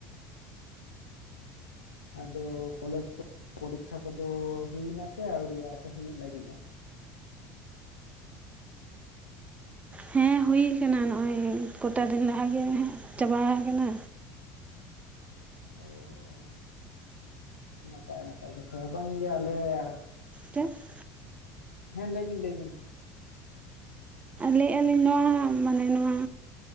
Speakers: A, on the left; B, on the right.
A: ᱟᱫᱚ ᱠᱚᱞᱮᱡ ᱠᱚ ᱯᱚᱨᱤᱠᱷᱟ ᱠᱚᱫᱚ ᱦᱩᱭᱱᱟ ᱥᱮ ᱟᱹᱣᱨᱤ ᱥᱮ ᱦᱩᱭᱩᱜ ᱞᱟᱹᱜᱤᱫᱼᱟ
B: ᱦᱮᱸ ᱦᱩᱭ ᱟᱠᱟᱱᱟ ᱱᱚᱜᱼᱚᱭ ᱠᱚᱴᱟ ᱫᱤᱱ ᱞᱟᱦᱟ ᱜᱮ ᱪᱟᱵᱟ ᱟᱠᱟᱱᱟ
A: ᱚ ᱱᱟᱯᱟᱭ ᱱᱟᱯᱟᱭ ᱠᱟᱛᱷᱟ ᱵᱟᱝ ᱫᱚ ᱟᱞᱮ ᱟᱨ
B: ᱛᱮ
A: ᱦᱮᱸ ᱞᱟᱹᱭᱵᱤᱱ ᱞᱟᱹᱭ ᱵᱤᱱ
B: ᱞᱟᱹᱭᱮᱫᱼᱟᱞᱤᱧ ᱱᱚᱣᱟ ᱢᱟᱱᱮ ᱱᱚᱣᱟ